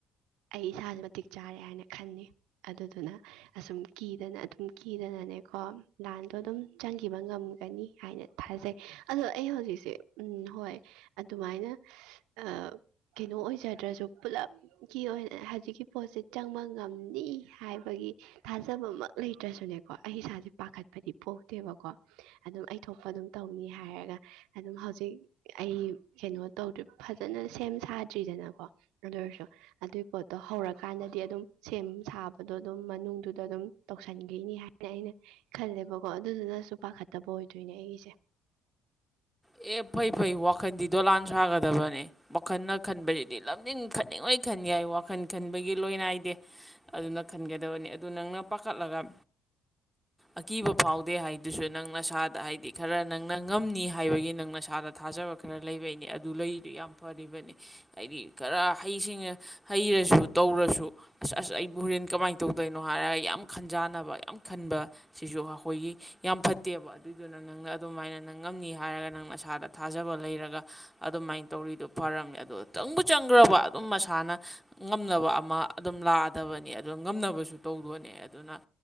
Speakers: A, on the right (about 80°); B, in the centre.
A: ꯑꯩ ꯏꯁꯥ ꯃꯇꯤꯛ ꯆꯥꯔꯦ ꯍꯥꯏꯅ ꯈꯅꯤ ꯑꯗꯨꯗꯨꯅ ꯑꯁꯨꯝ ꯀꯤꯗꯅ ꯑꯗꯨꯝ ꯀꯤꯗꯅꯅꯦꯀꯣ ꯂꯥꯟꯗꯣ ꯑꯗꯨꯝ ꯆꯪꯈꯤꯕ ꯉꯝꯒꯅꯤ ꯍꯥꯏꯅ ꯊꯥꯖꯩ ꯑꯗꯣ ꯑꯩ ꯍꯧꯖꯤꯛꯁꯦ ꯎꯝ ꯍꯣꯏ ꯑꯗꯨꯃꯥꯏꯅ ꯑ ꯀꯩꯅꯣ ꯑꯣꯏꯖꯗ꯭ꯔꯁꯨ ꯄꯨꯂꯞ ꯀꯤ ꯑꯣꯏꯅ ꯍꯧꯖꯤꯛꯀꯤ ꯄꯣꯠꯁꯦ ꯆꯪꯕ ꯉꯝꯅꯤ ꯍꯥꯏꯕꯒꯤ ꯊꯥꯖꯕꯃꯛ ꯂꯩꯇ꯭ꯔꯁꯨꯅꯦꯀꯣ ꯑꯩ ꯏꯁꯥꯁꯦ ꯄꯥꯈꯠꯄꯗꯤ ꯄꯣꯛꯇꯦꯕꯀꯣ ꯑꯗꯨꯝ ꯑꯩ ꯊꯣꯛꯄ ꯑꯗꯨꯝ ꯇꯧꯅꯤ ꯍꯥꯏꯔꯒ ꯑꯗꯨꯝ ꯍꯧꯖꯤꯛ ꯑꯩ ꯀꯩꯅꯣ ꯇꯧꯗ꯭ꯔꯤ ꯐꯖꯅ ꯁꯦꯝ ꯁꯥꯗ꯭ꯔꯤꯗꯅꯀꯣ ꯑꯗꯨꯑꯣꯏꯔꯁꯨ ꯑꯗꯨꯏ ꯄꯣꯠꯇꯣ ꯍꯧꯔꯀꯥꯟꯗꯗꯤ ꯑꯗꯨꯝ ꯁꯦꯝ ꯁꯥꯕꯗꯣ ꯑꯗꯨꯝ ꯃꯅꯨꯡꯗꯨꯗ ꯑꯗꯨꯝ ꯇꯧꯁꯟꯈꯤꯅꯤ ꯍꯥꯏ ꯑꯩꯅ ꯑꯩꯅ ꯈꯜꯂꯦꯕꯀꯣ ꯑꯗꯨꯗꯨꯅꯁꯨ ꯄꯥꯈꯠꯇꯕ ꯑꯣꯏꯗꯣꯏꯅꯦ ꯑꯩꯒꯤꯁꯦ
B: ꯑꯦ ꯐꯩ ꯐꯩ ꯋꯥꯈꯟꯗꯤ ꯗꯣꯂꯥꯟ ꯁꯥꯒꯗꯕꯅꯦ ꯋꯥꯈꯜꯅ ꯈꯟꯕꯁꯤꯗꯤ ꯂꯝꯖꯤꯡ ꯈꯟꯅꯤꯡꯉꯣꯏ ꯈꯟ ꯌꯥꯏ ꯋꯥꯈꯜ ꯈꯟꯕꯒꯤ ꯂꯣꯏꯅꯥꯏꯗꯦ ꯑꯗꯨꯅ ꯈꯟꯒꯗꯕꯅꯤ ꯑꯗꯨ ꯅꯪꯅ ꯄꯥꯈꯠꯂꯒ ꯑꯀꯤꯕ ꯐꯥꯎꯗꯦ ꯍꯥꯏꯗꯨꯁꯨ ꯅꯪ ꯅꯁꯥꯗ ꯍꯥꯏꯗꯤ ꯈꯔ ꯅꯪꯅ ꯉꯝꯅꯤ ꯍꯥꯏꯕꯒꯤꯅꯤ ꯅꯪ ꯅꯁꯥꯗ ꯊꯥꯖꯕ ꯈꯔ ꯂꯩꯕꯩꯅꯦ ꯑꯗꯨ ꯂꯩꯗꯨ ꯌꯥꯝ ꯐꯔꯤꯕꯅꯤ ꯍꯥꯏꯗꯤ ꯈꯔ ꯍꯩꯁꯤꯡꯉ ꯍꯩꯔꯁꯨ ꯇꯧꯔꯁꯨ ꯑꯁ ꯑꯁ ꯑꯩ ꯕꯨ ꯍꯣꯔꯦꯟ ꯀꯃꯥꯏꯅ ꯇꯧꯗꯣꯏꯅꯣ ꯍꯥꯏꯔꯒ ꯌꯥꯝ ꯈꯟꯖꯥꯟꯅꯕ ꯌꯥꯝ ꯈꯟ ꯁꯤꯁꯨ ꯑꯩꯈꯣꯏꯒꯤ ꯌꯥꯝ ꯐꯠꯇꯦꯕ ꯑꯗꯨꯏꯗꯨꯅ ꯅꯪꯅ ꯑꯗꯨꯃꯥꯏꯅ ꯅꯪ ꯉꯝꯅꯤ ꯍꯥꯏꯔꯒ ꯅꯪ ꯅꯁꯥꯗ ꯊꯥꯖꯕ ꯂꯩꯔꯒ ꯑꯗꯨꯃꯥꯏꯟ ꯇꯧꯔꯤꯗꯨ ꯐꯔꯝꯅꯦ ꯑꯗꯣ ꯆꯪꯕ ꯆꯪꯈ꯭ꯔꯕ ꯑꯗꯨꯝ ꯃꯁꯥꯅ ꯉꯝꯅꯕ ꯑꯃ ꯑꯗꯨꯝ ꯂꯥꯛꯑꯗꯕꯅꯤ ꯑꯗꯨ ꯉꯝꯅꯕꯁꯨ ꯇꯧꯗꯣꯅꯦ ꯑꯗꯨꯅ